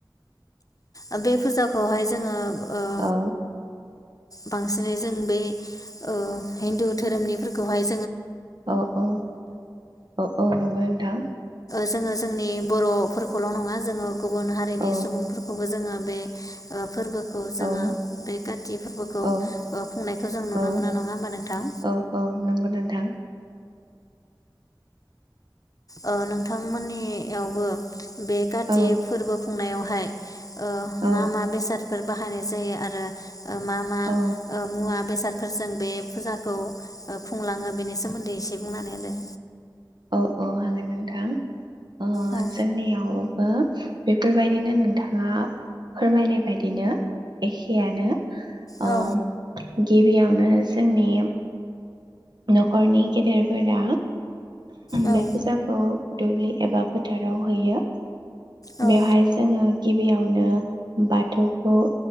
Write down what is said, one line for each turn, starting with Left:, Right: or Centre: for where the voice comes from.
Left: अ बे फुजाखौहाय जोङो ओ
Right: औ।
Left: बांसिनै जों बे औ हिन्दु धोरोमनि फोर खौहाय
Right: औ औ औ औ नंगौ नोंथां।
Left: जोङो जोंनि बर'फोरखौल' नङा जोङो गुबुन हारिनि
Right: औ
Left: सुबुं बेखौबो जोङो बे ओ फोरबोखौ
Right: औ
Left: जोङो, बे काति फोरबोखौ
Right: औ
Left: अ खुंनायखौ जों नुनो
Right: औ
Left: मोनो नङा होमबा नोंथां?
Right: औ औ नंगौ नोंथां
Left: अ नोंथांमोननि इयावबो बे काति
Right: औ
Left: फोरबो खुंनायावहाय अ
Right: औ
Left: मा -मा बेसाद फोर बाहायनाय जायो आरो मा मा
Right: औ
Left: अ मुवा बेसाद फोरजों बे फुजा खौ खुंलाङो बेनि सोमोन्दै दे बुंनानै होदो
Right: औ-औ हागोन नोंथां। अ
Left: होदो।
Right: जोंनियाव बेफोरबायदिनो नोंथाङा फोरमायनाय बायदिनो एखेयानो आ
Left: औ
Right: गिबियावनो जोंनि नखरनि गेदेरफोरा
Left: औ
Right: बे फुजाखौ दुब्लि एबा फोथाराव हैयो।
Left: औ
Right: बेवहाय जोङो गिबियावनो बाथौखौ